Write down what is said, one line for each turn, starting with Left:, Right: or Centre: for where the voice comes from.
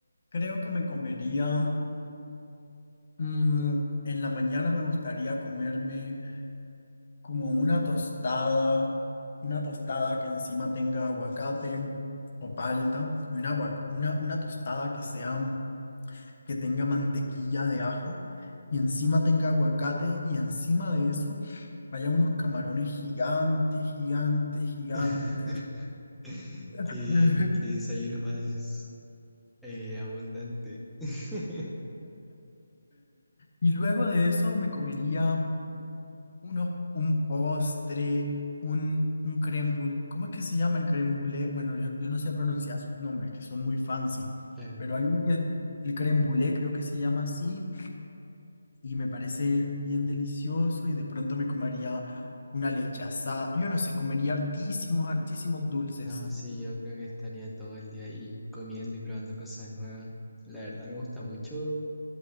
Left: Creo que me comería, mm, en la mañana me gustaría comerme como una tostada, una tostada que encima tenga aguacate o palta, y una, aguac- una, una tostada que sea, que tenga mantequilla de ajo, y encima tenga aguacate, y encima de eso vaya unos camarones gigantes, gigantes, gigantes.
Centre: <laughs> ¿Qué,
Left: <laughs>
Centre: qué desayuno más eh, abundante? <laughs>
Left: Y luego de eso me comería unos, un postre, un, un crème brûlée. ¿Cómo es que se llama el crème brûlée? Bueno, yo, yo no sé pronunciar esos nombres, que son muy fancy,
Centre: Claro.
Left: pero hay uno que el crème brûlée creo que se llama así y me parece bien delicioso y de pronto me comería una leche asada. Yo no sé, comería hartísimos, hartísimos dulces.
Centre: No, sí, yo creo que estaría todo el día ahí comiendo y probando cosas nuevas. La verdad me gusta mucho